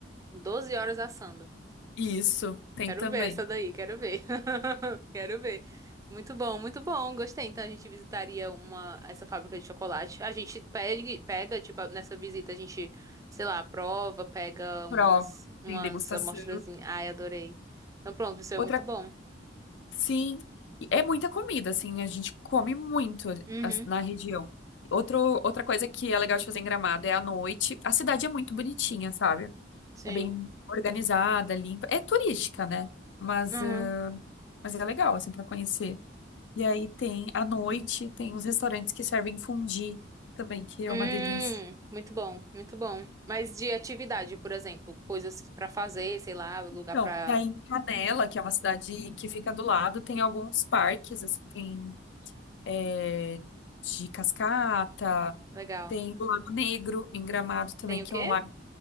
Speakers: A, on the right; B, on the left.
A: 12 horas assando.
B: Isso, tem
A: Quero
B: também.
A: ver essa daí, quero ver. <laughs> Quero ver. Muito bom, muito bom. Gostei. Então a gente visitaria uma essa fábrica de chocolate. A gente pega, pega, tipo, nessa visita a gente, sei lá, prova, pega umas
B: Prova,
A: umas
B: tem degustação.
A: amostrazinhas. Ai, adorei. Então pronto, isso é muito
B: Outra,
A: bom.
B: sim. e É muita comida, assim, a gente come muito
A: Uhum.
B: as- na região. Outro, outra coisa que é legal de fazer em Gramado é à noite. A cidade é muito bonitinha, sabe?
A: Sim.
B: É bem organizada, limpa. É turística, né? Mas,
A: Uhum.
B: ah, mas é legal, assim, pra conhecer. E aí tem, à noite, tem uns restaurantes que servem fondue também, que é
A: Hum,
B: uma delícia.
A: muito bom, muito bom. Mas de atividade, por exemplo, coisas pra fazer, sei lá, lugar
B: Não,
A: pra.
B: daí em Canela, que é uma cidade que fica do lado, tem alguns parques, assim, tem é, de cascata,
A: Legal.
B: tem o Lago Negro em Gramado também,
A: Tem
B: que
A: o quê?
B: é um lago,